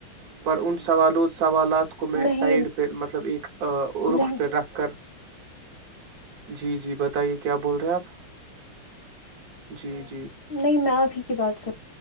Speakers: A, on the right; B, on the left.
A: پر ان سے سوال سوالات کو میں
B: نہیں
A: سائڈ پہ مطلب ایک رخ
B: نہیں
A: پہ رکھ کر جی جی بتائیے کہ کیا بول رہے آپ <unintelligible>
B: نہیں میں آپ ہی کی بات سن